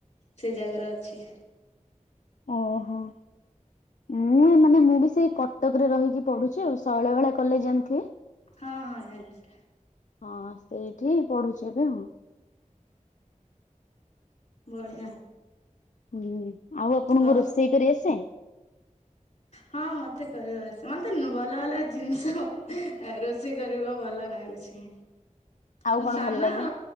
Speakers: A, on the left (about 50°); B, on the left (about 70°).
A: ସେ ଜାଗାରେ ଅଛି।
B: ଓହୋ ମୁଁ ମାନେ ମୁଁ ବି ସେଇ କଟକରେ ରହିକି ପଢୁଛି ଆଉ ଶୈଳବାଳା କଲେଜ୍ ଜାଣିଥିବେ?
A: ହଁ ହଁ ଜାଣିଛି।
B: ହଁ ସେଇଠି ପଢୁଛି ଏବେ ମୁଁ।
A: ବଢିଆ।
B: ହୁଁ ଆପଣଙ୍କୁ
A: ଆଉ
B: ରୋଷେଇ କରି ଆସେ
A: ହଁ ମ ମତେ କହିବ ଆସ ମତେ ନୁ ଭଲ ଭଲ ଜିନିଷ ଅ ରୋଷେଇ କରିବାକୁ ଭଲ ନାଗୁଛି।
B: ଆଉ
A: ମୁଁ
B: କଣ
A: ସାନ
B: ଭଲ ଲାଗେ?